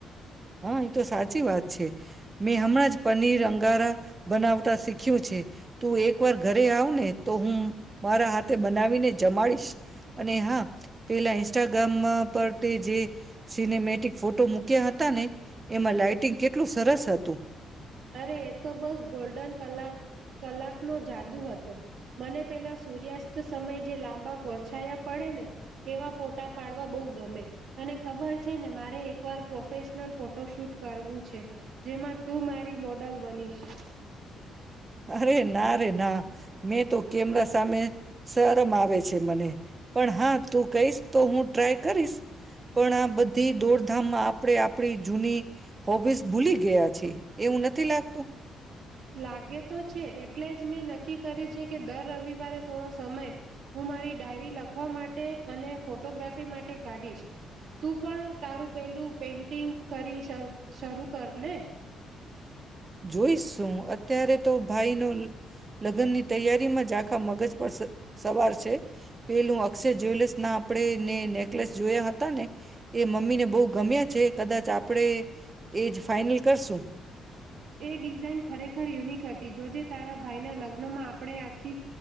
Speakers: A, on the right; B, on the right.
A: હા એ તો સાચી વાત છે. મે હમણાં જ પનીર અં ઘરા બનાવતા શીખ્યું છે. તું એક વાર ઘરે આવ ને તો હું મારા હાથે બનાવીને જમાળીશ. અને હા પેલા ઇન્સ્ટાગ્રામા પર તે જે સિનેમેટિક ફોટો મૂક્યા હ તા ને એમાં લાઈટિંગ કેટલું સરસ હતું.
B: અરે એ તો બસ ગોલ્ડન કલાક કલાકનું જાદુ હતો, મને પેલા સૂર્યાસ્ત સમયે જે લાંબા પરછાયા પડે ને એવા ફોટા પાડવા બહુ ગમે અને ખબર છે ને મારે એકવાર પ્રોફેશનલ ફોટો શૂટ કરવું છે, જેમાં તું મારે રી મોડલ બનીશ.
A: અરે ના રે ના, મેં તો કેમરા સામે શરમ આવે છે મને પણ હા તું કહીશ તો હું ટ્રાય કરીશ <unintelligible> પણ આ બધી દોડધામમાં આપળે આપળી જૂની હોબીસ ભૂલી ગયા છે. એવું નથી લાગતું?
B: લાગે તો છે એટલે જ મેં નક્કી કર્યું છે કે દર રવિવારે થોડો સમય <unintelligible> હું મારી ડાયરી લ લખવા માટે અને ફોટોગ્રાફી માટે કાઢીશ, તું પણ તારું પેલું પેન્ટિંગ કરી <unintelligible> શરૂ કર ને.
A: જોઈશ શું અત્યારે તો ભાઈ નું લ લગનની તૈયારીમાં જા આખા મગજ પર સ સવાર છે, પેલું અક્ષય જ્વેલસ ના આપળે ને નેકલેસ જોયા હતા ને એ મમ્મી ને બો ગમ્યા જે કદાચ આપડે એજ ફાઈનલ કરશું.
B: એ ડિઝાઇન ખરેખર યુનિક હતી જો જે તારા ભાઈના લગ્નમાં આપણે આખી